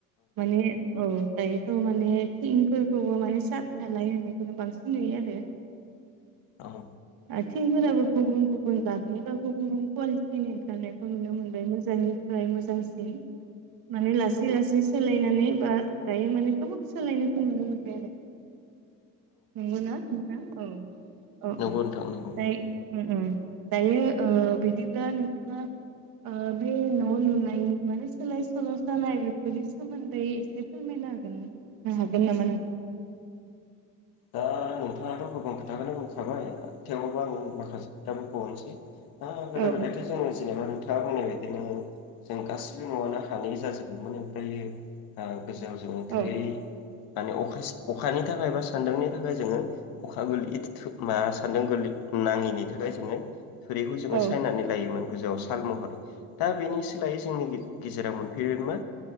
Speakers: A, on the right (about 60°); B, on the left (about 60°).
A: माने औ दायोथ' मान थिंफोरखौबो माने सार थालाय होननायखौनो बांसिन नुयो आरो
B: औ
A: आथिंफोराबो गुबुन गुबुन गाबनि बा गुबुन गुबुन कुवालिटिनि ओंखारनायखौ नुनो मोनबाय मोजांनि फ्राय मोजांसिन माने लासै लासै सोलायनानै बा गायो माने गोबांसि सोलायनायखौ नुनो मोनबाय आरो नंगौना नोंथां औ औ औ
B: नोंथां नंगौ।
A: उ दायो बिदिब्ला नोंथा बे न' लुनायनि माने सोलाय सोल' जानाय बेफोरनि सोमोन्दै एसे फोरमाय ह हागोन नामा नोन
B: दा नोंथाङाथ' गोबां खोथाखौनो बुंखाबाय थेवबो आं माखासे दा बुंबनोसै गोदो
A: औ
B: गोदायथ' जोंङो जेनेबा नोंथ खोथा बुंनाय बायदिनो जों गासिबो न'आनो हानै जाजोबोमोन ओमफ्र गोेजेराव जोङो थैै
A: औ
B: माने अखा अखानि थाखाय बा सान्दुंनि थाखाय जोङो अखा गोरलै मा सानदों गोरलै नाङैनि थाखाय जोङो थुरिखौ जोङो
A: औ
B: सायनानै लायोमोन फुजौआव साल महरै दा बेनि सोलायै जोंनि गेजेराव मोनफैबाय मा